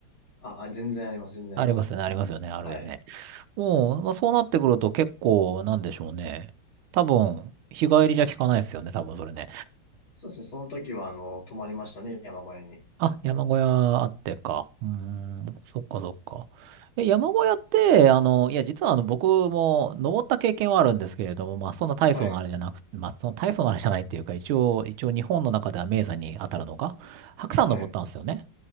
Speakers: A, on the left; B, on the right.
A: あ、あ、全然あります、全然あります。
B: ありますよね、ありますよね、あるよね。
A: はい。
B: うん、まあ、そうなってくると結構、なんでしょうね。多分、日帰りじゃ効かないですよね、多分それね。
A: そうですね。その時は、あの、泊まりましたね、山小屋に。
B: あ、山小屋あってか。うーん、そっかそっか。え、山小屋って、あの、いや、実はあの、僕も登った経験はあるんですけれども、まあ、そんな大層なあれじゃなく、
A: はい、
B: まあ、その大層なあれじゃないっていうか、一応、一応日本の中では名山に当たるのが、白山登ったんですよね。
A: はい。